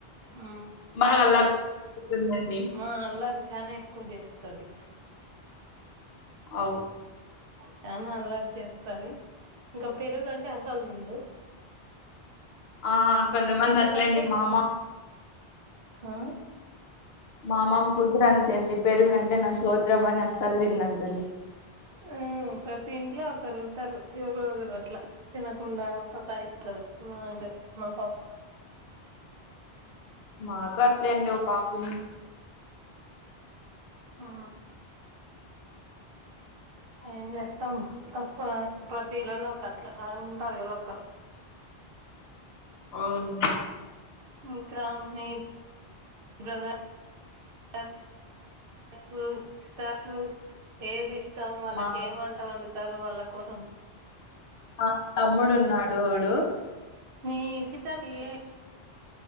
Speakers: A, on the right; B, on the left.
A: ఆ
B: బాగా అల్లర్ దండి
A: ఆ అల్లారీ చానా ఎక్కువ చేస్తది
B: అవు
A: చనా అల్లరి చేస్తది ఇంకా పెరుగంటే అసలు విందు
B: ఆ కొంతమంది
A: పెరుగు
B: అట్లేండి
A: అంటే
B: మా
A: ఇంకా
B: మ
A: ఆ
B: మామమ కుతురు అంతేనండి పెరుగుంటే నా గోత్రం అని అస్సలు తిన్నాను అంటుంది
A: ఉ ప్రతి ఇంట్లో ఒకరు ఉంటారు ఎవరరో ఒకరు అట్లా తినకుండా సతా ఇస్తది మగ్ మా పాప హ్
B: మాకు అట్లేండి ఓ పాపుంది
A: ఆ ఏం చేస్తాం తప్ప ప్రతి ఇళ్లలో ఒకట్లా ఆ ఉంటారు కదా ఒక్కరు
B: అవును
A: ఇంకా మేబ్ గల సాస్ స్టాసు ఏది ఇష్టం వాళ్ళకి
B: మా
A: ఏమంట వండుతారు వాళ్ళ కోసం
B: ఆ తమ్ముడున్నాడు ఓడు
A: మీ సిస్టర్ కి ఇల్ లే